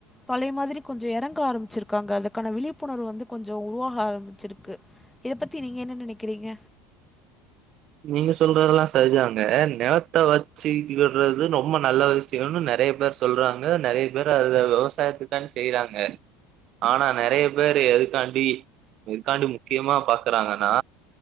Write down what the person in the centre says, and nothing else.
பழைய மாதிரி கொஞ்சொ எறங்க ஆரம்பிச்சிருக்காங்க அதுக்கான விழிப் புணர்வு வந்து கொஞ்சொ உருவாஹ ஆரம்பிச்சிருக்கு இதப் பத்தி நீங்க என்ன நெனைக்கிறீங்க